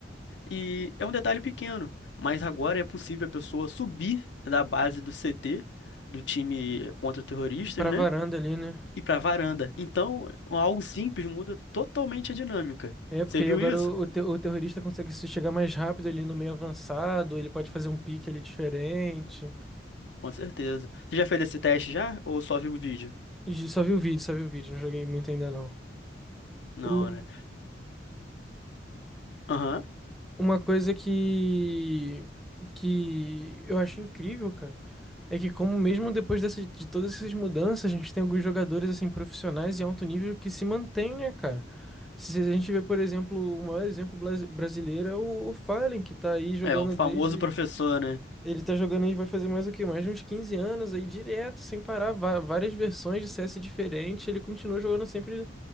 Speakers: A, on the left; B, in the centre.
A: E é um detalhe pequeno, mas agora é possível a pessoa subir da base do CT, do time contra terroristas,
B: Pra
A: né?
B: varanda ali, né?
A: e para varanda. Então, algo simples muda totalmente a dinâmica.
B: É, porque
A: Você viu
B: aí agora
A: isso?
B: o, o, te- o terrorista consegue se chegar mais rápido ali no meio avançado, ele pode fazer um pique ali diferente.
A: Com certeza. Você já fez esse teste já? Ou só viu o vídeo?
B: E Só vi o vídeo, só vi o vídeo, não joguei muito ainda não.
A: Não,
B: O-
A: né? Aham.
B: uma coisa que, que eu acho incrível, cara, é que como mesmo depois dessa de todas essas mudanças, a gente tem alguns jogadores, assim, profissionais e alto nível que se mantém, né, cara? Se a gente vê, por exemplo, o maior exemplo blas- brasileiro é o, o Fallen, que tá aí jogando
A: É, o famoso
B: desde
A: professor, né?
B: Ele tá jogando aí, vai fazer mais o quê? Mais de uns 15 anos aí, direto, sem parar, va- várias versões de CS diferentes. Ele continua jogando sempre,